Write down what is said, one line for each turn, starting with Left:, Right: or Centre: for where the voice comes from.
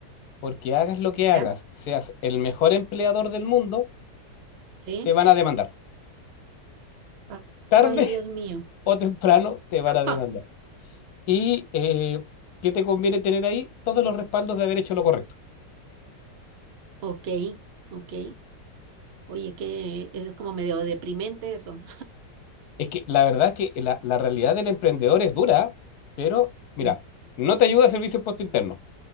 Left: porque hagas lo que hagas,
Right: ¿Ya?
Left: seas el mejor empleador del mundo,
Right: Sí.
Left: te van a demandar.
Right: Ah,
Left: Tarde
Right: Ay, Dios
Left: <laughs>
Right: mío.
Left: o temprano te van
Right: <laughs>
Left: a demandar.
Right: Ja.
Left: ¿Y eh, qué te conviene tener ahí? Todos los respaldos de haber hecho lo correcto.
Right: Ok, ok. Oye, que eso es como medio deprimente eso.
Left: Es que la verdad que la, la realidad del emprendedor es dura, pero mira,
Right: Mm.
Left: no te ayuda el Servicio de Impuesto Interno,